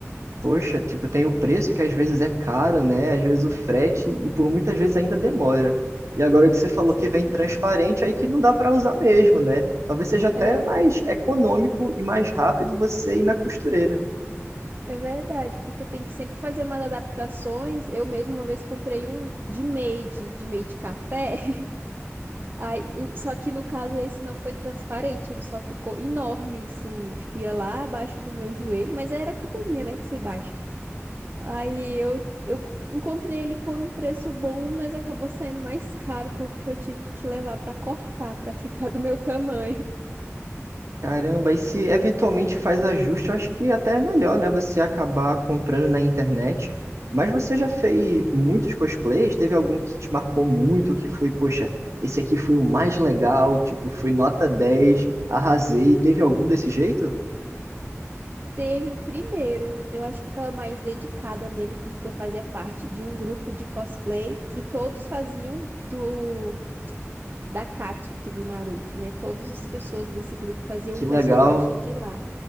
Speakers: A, on the right; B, on the right.
A: Poxa, tipo, tem o preço que às vezes é caro, né? Às vezes o frete e por muitas vezes ainda demora. E agora
B: Hum,
A: que você falou
B: sim.
A: que vem transparente, aí que não dá para usar mesmo, né? Talvez seja até
B: É,
A: mais econômico e mais rápido você ir na costureira.
B: é verdade, porque tem que sempre fazer umas adaptações. Eu mesma uma vez comprei um de made, de made café. <laughs> Aí, o- só que no caso esse não foi transparente, ele só ficou enorme, assim, tipo, ia lá abaixo do meu joelho, mas era culpa minha, né, de ser baixo. Aí eu, eu encontrei ele por um preço bom, mas acabou saindo mais caro porque eu tive que levar pra cortar, pra <laughs> ficar do meu tamanho.
A: Caramba, e se eventualmente faz ajuste, eu acho que até é melhor, né? Você acabar comprando na internet. Mas você já fez muitos cosplays? Teve algum que te marcou muito, que foi, poxa, esse aqui foi o mais legal, tipo, foi nota 10, arrasei. Teve algum desse jeito?
B: Teve o primeiro. Eu acho que eu tava mais dedicada nele porque eu fazia parte de um grupo de cosplay que todos faziam do da Katsuki do Naruto, né? Todas as pessoas desse grupo faziam
A: Que
B: um personagem
A: legal.
B: de lá.